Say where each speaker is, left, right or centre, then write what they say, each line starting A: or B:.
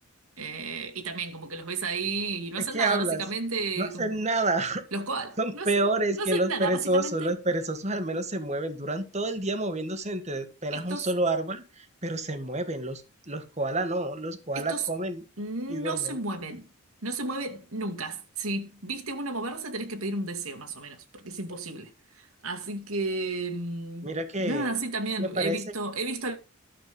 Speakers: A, on the right; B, on the right.
A: Eh, y también como que los ves ahí y no
B: ¿De
A: hacen
B: qué
A: nada,
B: hablas?
A: básicamente,
B: No hacen
A: como-
B: nada. <laughs>
A: los koalas
B: Son
A: no hacen,
B: peores
A: no
B: que
A: hacen
B: los
A: nada,
B: perezosos.
A: básicamente.
B: Los perezosos al menos se mueven. Duran todo el día moviéndose entre apenas
A: Estos,
B: un solo árbol, pero se mueven. Los, los koala no. Los koala
A: estos
B: comen
A: no
B: y duermen.
A: se mueven, no se mueven nunca. Si viste uno moverse, tenés que pedir un deseo, más o menos, porque es imposible. Así que, mm,
B: Mira que
A: nada, sí, también
B: me parece
A: he visto, he visto,